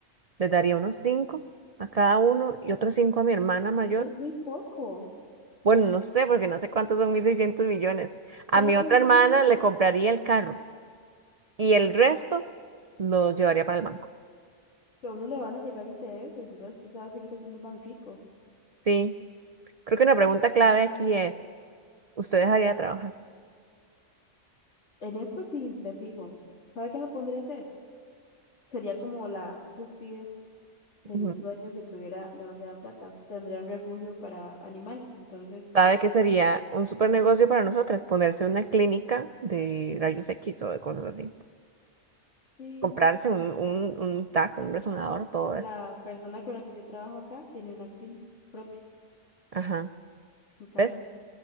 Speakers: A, on the right; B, on the left.
A: Les daría unos cinco a cada uno y otros cinco a mi hermana mayor.
B: Es muy poco.
A: Bueno, no sé, porque no sé cuántos son 1.600 millones. A
B: ¿Sabe
A: mi
B: qué
A: otra
B: es lo
A: hermana
B: mejor?
A: le compraría el carro y el resto lo llevaría para el banco.
B: Que a uno le van a llegar intereses, entonces usted se va a seguir haciendo más rico.
A: Sí, Creo que una pregunta clave aquí es, ¿usted dejaría de trabajar?
B: En esto sí, de fijo. ¿Sabe qué me pondré a hacer? Sería como la cúspide de
A: Ujú.
B: mis sueños si tuviera demasiada plata. Tendría un refugio para animales. Entonces,
A: ¿Sabe que sería un super negocio para nosotras? Ponerse una clínica de rayos X o de cosas así.
B: sí,
A: Comprarse un, un, un TAC, un resonador, todo
B: la
A: eso.
B: persona con la que yo trabajo acá tiene una clínica propia
A: Ajá.
B: en Cañas
A: ¿Ves?